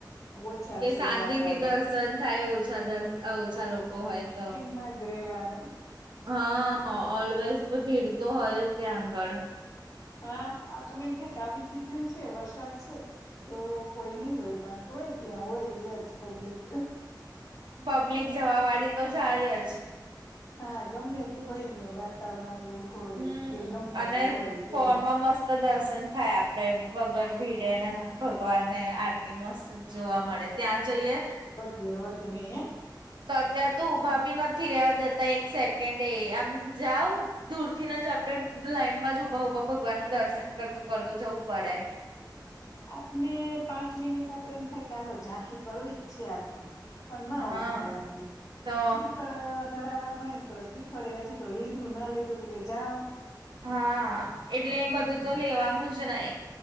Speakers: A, on the left; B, on the right.
A: ઓછા
B: કે
A: છે
B: શાંતિથી
A: યાત્રાળુ
B: દર્શન થાય ઓછા દર્ ઓછા લોકો હોય તો
A: માં જ રેવાનું
B: હા ઓલવેઝ ભીડ તો હોય જ ત્યાં આગળ
A: હા આપને એમ થાય કે આવી સીઝન છે વરસાદ છે તો કોઈ નઈ હોય પણ તોય ત્યાં હોય એ જ પબ્લિક
B: પબ્લિક જવા વાળી તો જાય જ
A: હા ગમે તે હોય ને વાતાવરણ એવું હોય
B: હમ
A: કે ગમે
B: અને
A: તે હોય તોય
B: ફોનમાં મસ્ત તો દર્શન થાય આપડે વગર ભીડે ને
A: હા
B: ભગવાન ને આરતી મસ્ત જોવા મળે ત્યાં જઈએ
A: એ રોજ જમે
B: તવચા તો ઊભા બી નથી રેવા દતા એક સેકન્ડ એ આમ જાાવ દૂર થીને જ આપણે લાઈન માં જ ઊભા ઊભા ભગવાન નું દર્શન કરતું કરતું જવું પડે
A: આપને પાંચ મિનિટ આપડે એમ થાય કે આાલ ઝાંખી કરવી જ છે આ તો પણ ના
B: હા
A: ઉભા રહેવા દએ શ્રી
B: તો
A: શ્રીફળ ધરાવવાનું હોય ને તો શ્રીફળે હજી તો લીધું ના લીધું તો કે જાાવ
B: હા એટલે બધું તો લેવાનું જ ન